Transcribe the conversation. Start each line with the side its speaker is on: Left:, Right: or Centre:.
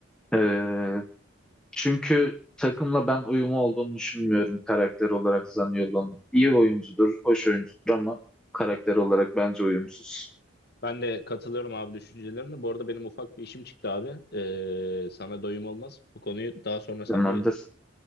Centre: Ee, çünkü takımla ben uyumu olduğunu düşünmüyorum karakter olarak Zaniolo'nun. İyi oyuncudur, hoş oyuncudur ama karakter olarak bence uyumsuz.
Left: Ben de katılıyorum abi düşüncelerine. Bu arada benim ufak bir işim çıktı abi. Ee, sana doyum olmaz. Bu konuyu daha sonra seninle
Centre: Tamamdır.